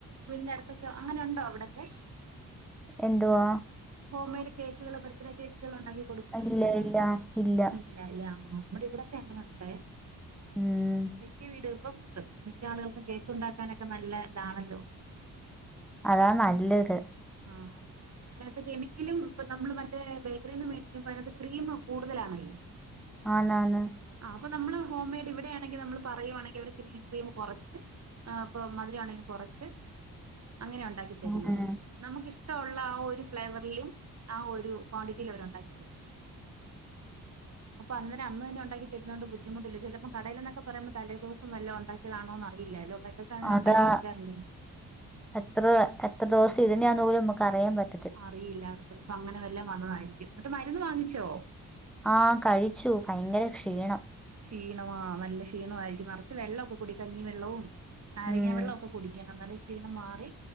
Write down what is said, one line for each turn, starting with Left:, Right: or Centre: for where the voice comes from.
Right: വീടിന്റെ അടുത്തൊക്കെ അങ്ങനെ ഉണ്ടോ അവിടൊക്കെ
Centre: എന്തുവാ
Right: ഹോം മെയ്ഡ് കേക്കുകൾ ബർത്ത്ഡേ കേക്കുകൾ ഉണ്ടാക്കി
Centre: ഇല്ല ഇല്ല ഇല്ല
Right: ഇല്ല ഇല്ല ആഹ് നമ്മടെ ഇവിടൊക്കെ അങ്ങനെ ഉണ്ടേ
Centre: ഉം.
Right: മിക്ക വീടിലും ഇപ്പം ഇപ്പത്തന്നെ മിക്ക ആളുകൾക്കും കേക്കുണ്ടാക്കാനൊക്കെ നല്ല ഇതാണല്ലോ
Centre: അതാ നല്ലത്
Right: ആഹ് അതെ അപ്പൊ അതിനകത്ത് കെമിക്കലും ഇപ്പം നമ്മള് മറ്റേ ബേക്കറിൽന്ന് മേടിക്കുമ്പോ അതിനകത്ത് ക്രീം കൂടുതലാണല്ലോ
Centre: ആന്നാന്ന്
Right: ആഹ് അപ്പ നമ്മള് ഹോംമെയ്ഡ് ഇവിടെയാണെങ്കി നമ്മൾ പറയുവാണങ്കി അവര് ക്രീം ക്രീം കൊറച്ച് ആഹ് ഇപ്പോ മധുരാണെങ്കി കൊറച്ച് അങ്ങനെ ഉണ്ടാക്കി തരുന്നത്.
Centre: ഉം.
Right: നമുക്ക് ഇഷ്ടവൊള്ള ആ ഒരു ഫ്ലേവറിലും ആ ഒരു ക്വാണ്ടിറ്റിയിലും അവർ ഉണ്ടാക്കി തരും. അപ്പൊ അന്നേരം അന്ന് തന്നെണ്ടാക്കി തരുന്നോണ്ട് ബുദ്ധിമുട്ടില്ല ചെലപ്പം കടയിലെന്നൊക്കെ പറയ്പോ തലേ ദിവസം വല്ലോം ഒണ്ടാക്കി ക്കെതാണോന്ന് അറിയില്ലല്ലോ മക്കൾക്ക് അങ്ങനെ
Centre: അതാ
Right: ഉണ്ടാക്കി വെക്കാറുണ്ട്
Centre: എത്ര എത്ര ദിവസം ഇരുന്നാന്ന് പോലും നമുക്ക് അറിയാൻ പറ്റ
Right: അറിയില്ല ചെലപ്പൊ അങ്ങനെ വല്ലാം വന്നതായിരിക്കും ന്നിട്ട് മരുന്ന് വാങ്ങിച്ചോ
Centre: ആഹ് കഴിച്ചു ഭയങ്കര ക്ഷീണം
Right: ക്ഷീണവാ നല്ല ക്ഷീണമായിരിക്കും നറച്ച് വെള്ളൊക്കെ കുടി കഞ്ഞിവെള്ളവും നാരങ്ങ
Centre: ഉം
Right: വെള്ളമൊക്കെ കുടിക്കണം ന്നാലെ ക്ഷീണം മാറി